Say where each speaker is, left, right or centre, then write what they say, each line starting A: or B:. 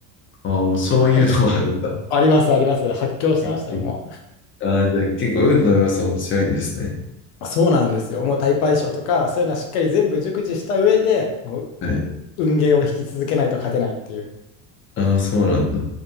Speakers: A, on the left (about 25°); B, on the left (about 70°).
A: ああ、そういうのもあるんだ。
B: う、あ、あります、あります。発狂してましたよ、
A: <laughs>
B: も
A: ああ、じゃあ結構運の要素も強いんですね。
B: う。そうなんですよ。もうタイプ相性とか、そういうのはしっかり全部熟知した上で、もう
A: はい。
B: 運ゲーを引き続けないと勝てないっていう。
A: ああ、そうなんだ。